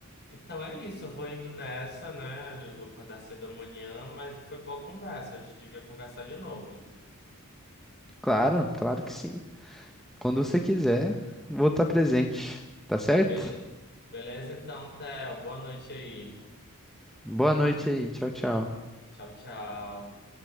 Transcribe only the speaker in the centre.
Claro, claro que sim. Quando você quiser, vou estar presente, tá certo?
Boa noite aí, tchau, tchau.